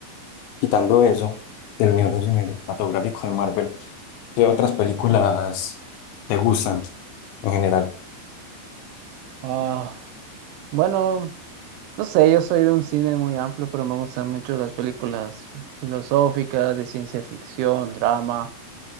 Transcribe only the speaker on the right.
Ah, bueno, No sé, yo soy de un cine muy amplio, pero me gustan mucho las películas filosóficas, de ciencia ficción, drama.